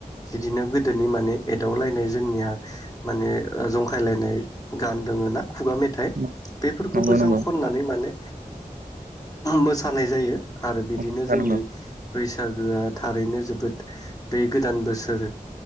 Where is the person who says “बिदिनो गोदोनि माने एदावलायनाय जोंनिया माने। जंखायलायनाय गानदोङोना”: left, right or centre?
Left